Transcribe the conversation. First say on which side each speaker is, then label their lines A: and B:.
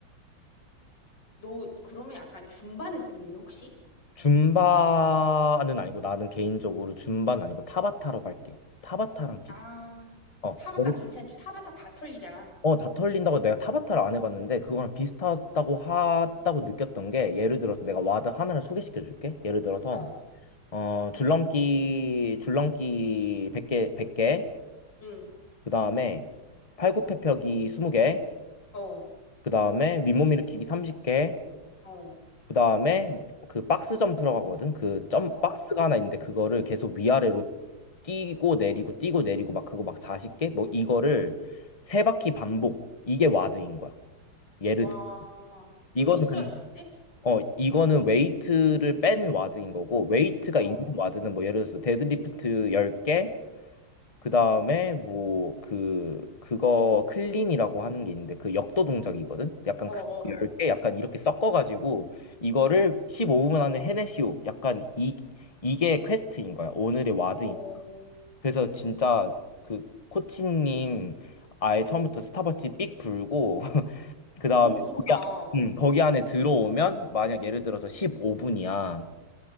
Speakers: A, on the left (about 60°); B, on the left (about 20°).
A: 너 그러면 약간 줌바 느낌이니, 혹시?
B: 줌바는 아니고 나는 개인적으로 줌바는 아니고 타바타라고 할게. 타바타랑 비슷.
A: 아,
B: 어,
A: 타바타
B: 예를-
A: 괜찮지? 타바타 다 털리잖아.
B: 어, 다 털린다고 내가 타바타를 안 해봤는데 그거랑 비슷하다고 하다고 느꼈던 게 예를 들어서 내가 와드 하나를 소개시켜 줄게. 예를 들어서
A: 어,
B: 어, 줄넘기 줄넘기 백개 100개
A: 응,
B: 그다음에 팔굽혀펴기 20개
A: 어,
B: 그다음에 윗몸 일으키기 30개
A: 어,
B: 그다음에 그 박스 점프라고 하거든. 그 점
A: 어.
B: 박스가 하나 있는데 그거를 계속 위아래로 뛰고 내리고 뛰고 내리고 막 그거 막 40개 뭐 이거를 세 바퀴 반복. 이게 와드인 거야. 예를
A: 와,
B: 들 이거는
A: 연차 써야겠는데?
B: 근 어 이거는 웨이트를 뺀 와드인 거고 웨이트가
A: 어,
B: 있는
A: 어,
B: 와드는 뭐 예를 들어서 데드리프트 10개 그다음에 뭐 그 그거 클린이라고 하는 게 있는데 그 역도 동작이거든. 약간
A: 어,
B: 그 열 개 약간 이렇게 섞어 가지고 이거를 15분 안에 해내시오. 약간 이 이게 퀘스트인 거야. 오늘의 와드인.
A: 어, 어.
B: 그래서 진짜 그 코치님 아예 처음부터 스타벅지 삑 불고 <laughs> 그다음에
A: 너무 무섭다.
B: 거기, 안- 음,
A: 어,
B: 거기 안에 들어오면 만약 예를 들어서 15분이야.